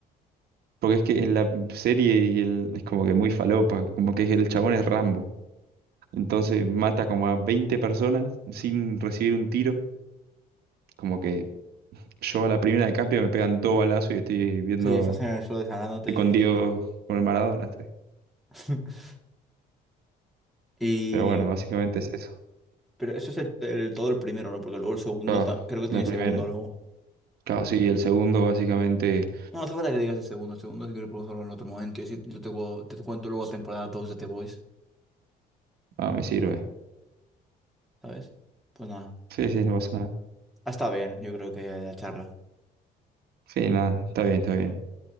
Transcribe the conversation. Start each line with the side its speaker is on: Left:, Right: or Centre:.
Right: porque es que en la serie y el, es como que muy falopa, como que el chabón es Rambo, entonces mata como a 20 personas sin recibir un tiro, como que yo a la primera de cambio me pegan dos balazos y estoy viendo
Centre: Sí, estás en el suelo desangrándote
Right: estoy
Centre: y
Right: con
Centre: diciendo.
Right: Diego, con el Maradona estoy.
Centre: <laughs> Y.
Right: Pero bueno, básicamente es eso.
Centre: Pero eso es el, el- todo el primero, ¿no? Porque luego el segundo,
Right: Ah,
Centre: ta- creo que tiene
Right: la primera.
Centre: segundo luego.
Right: Claro, sí, el segundo básicamente
Centre: No hace falta que digas el segundo. El segundo es que lo podemos hablar en otro momento. Y si yo te, cu- te cuento luego temporada 2 de The Voice,
Right: ah, me sirve.
Centre: ¿sabes? Pues nada.
Right: Sí, sí, no pasa nada.
Centre: Ah, Está bien, yo creo que la charla.
Right: Sí, nada, está bien, está bien.